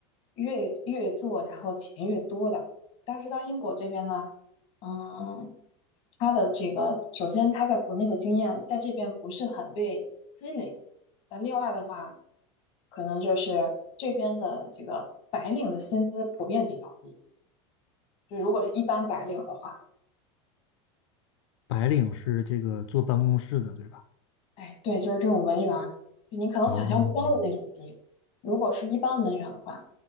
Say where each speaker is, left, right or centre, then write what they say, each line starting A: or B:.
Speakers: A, on the left (about 40°); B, on the left (about 75°).
A: 越越做，然后钱越多的。但是到英国这边呢，嗯，他的这个首先他在国内的经验在这边不是很被积累，那另外的话，可能就是这边的这个白领的薪资普遍比较低，就如果是一般白领的话。
B: 白领是这个坐办公室的，对吧？
A: 哎，对，就是这种文员，就你可能想象不到的那种低。
B: 啊
A: 如果是一般文员的话，